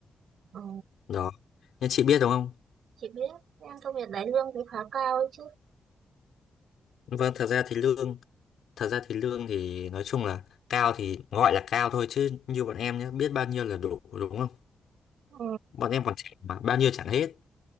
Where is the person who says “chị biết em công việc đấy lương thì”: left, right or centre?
Right